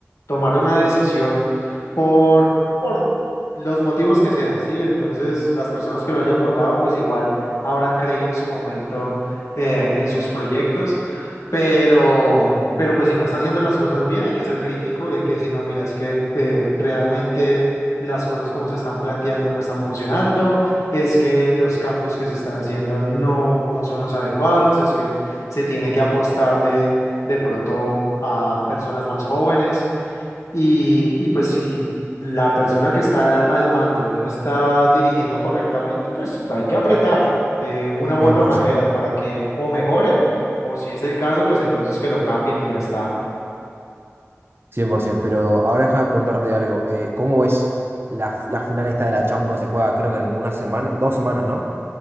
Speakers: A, on the left; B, on the right.
A: tomar una decisión por, por los motivos que sea, ¿sí? Entonces, las personas que lo hayan votado, pues igual habrán creído en su momento eh, en sus proyectos, pero, pero pues si no está haciendo las cosas bien, hay que ser crítico y hay que decir, no, mira, es que eh, realmente las cosas como se están planteando no están funcionando es que los cambios que se están haciendo no, no son los adecuados, es que se tiene que apostar de, de pronto a personas más jóvenes y, y pues si la persona que está al mando no está dirigiendo correctamente, pues hay que apretar de una u
B: cien cien
A: otra
B: por
A: manera
B: ciento,
A: para que o mejoren o si es el caso, pues entonces que lo cambien y ya está.
B: cien por 100%. Pero ahora déjame preguntarte algo. eh, ¿cómo ves la, la final esta de la Champions que se juega, creo que en una semana, dos semanas, ¿no?